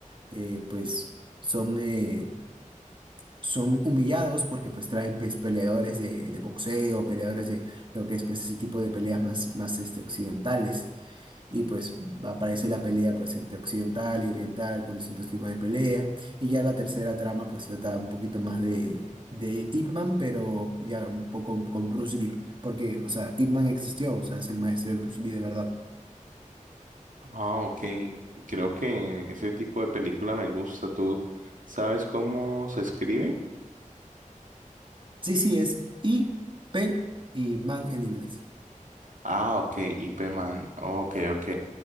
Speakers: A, on the right (about 35°); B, on the right (about 75°).
A: eh, pues son, eh, son humillados porque pues traen pues, peleadores de, de boxeo, peleadores de lo que es pues, ese tipo de peleas más, más este, occidentales. Y pues aparece la pelea pues entre occidental y oriental con distintos tipos de pelea. Y ya la tercera trama pues trata un poquito más de, de Ip Man, pero ya un poco con Bruce Lee. Porque, o sea, Ip Man existió, o sea, es el maestro de Bruce Lee de verdad.
B: Ah, ok. Creo que ese tipo de película me gusta. ¿Tú sabes cómo se escribe?
A: Sí, sí es I, P y Man en inglés.
B: Ah, ok, IP Man. Ok, ok.